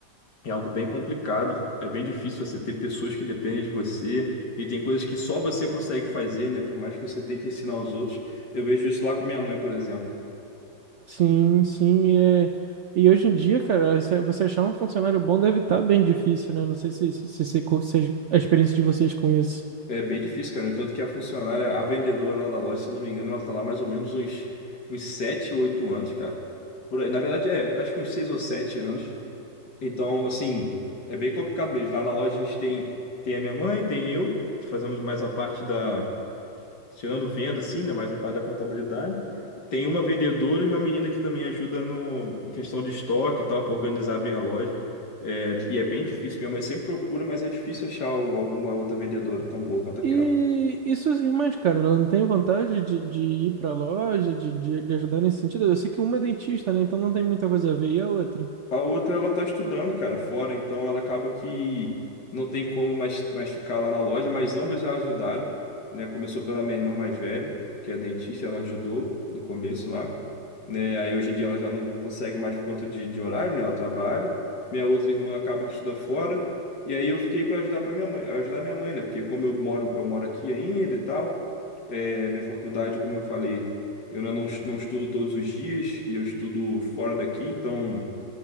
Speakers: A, on the left; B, on the right.
A: É algo bem complicado, é bem difícil você ter pessoas que dependem de você e tem coisas que só você consegue fazer, né? Por mais que você tente ensinar aos outros. Eu vejo isso lá com minha mãe, por exemplo.
B: Sim, sim, e, é- e hoje em dia, cara, se- você achar um funcionário bom deve estar bem difícil, né? Não sei se, se, se, se, co- se a experiência de vocês com isso.
A: É bem difícil, cara. No entanto que a funcionária, a vendedora lá da loja, se eu não me engano, ela tá lá mais ou menos uns, uns sete, ou 8 anos, cara. Por aí. Na verdade, é, eu acho que uns 6 ou 7 anos. Então, assim, é bem complicado mesmo. Lá na loja a gente tem, tem a minha mãe, tem eu, fazemos mais a parte da tirando venda, assim, né? Mais a parte da contabilidade. Tem uma vendedora e uma menina que também ajuda no em questão de estoque e tal, para organizar bem a loja. É, e é bem difícil. Minha mãe sempre procura, mas é difícil achar o- alguma outra vendedora tão boa quanto aquela.
B: E, e suas irmãs, cara, elas não têm vontade de, de ir pra loja, de, de, de ajudar nesse sentido? Eu sei que uma é dentista, né? Então não tem muita coisa a ver. E a outra?
A: A outra, ela tá estudando, cara, fora, então ela acaba que não tem como mais, mais ficar lá na loja, mas ambas já ajudaram, né? Começou pela minha irmã mais velha, que é dentista, ela ajudou no começo lá, né? Aí hoje em dia ela já não consegue mais por conta de, de horário, né? Ela trabalha. Minha outra irmã acaba que estuda fora, e aí eu fiquei para ajudar para minha mãe, ajudar minha mãe, né? Porque como eu moro, eu moro aqui ainda e tal, é, minha faculdade, como eu falei, eu não, não estudo todos os dias e eu estudo fora daqui, então.